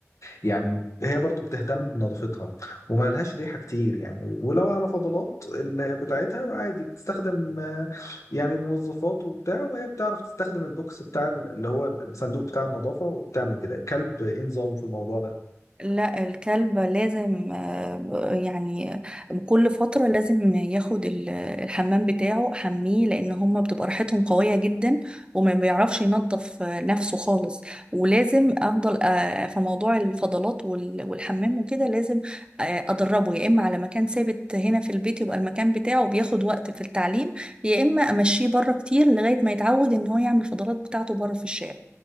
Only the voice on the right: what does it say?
لا الكلب لازم آه، ب- يعني كل فترة لازم ياخد ال- الحمام بتاعه حميه لأن هما بتبقى ريحتهم قوية جدا وما بيعرفش ينظف آه، نفسه خالص ولازم أفضل آه، في موضوع الفضلات وال- والحمام وكده لازم آه، أدربه يا إما على مكان ثابت هنا في البيت يبقى المكان بتاعه بياخد وقت في التعليم يا إما أمشيه بره كتير لغاية ما يتعود إن هو يعمل الفضلات بتاعته بره في الشارع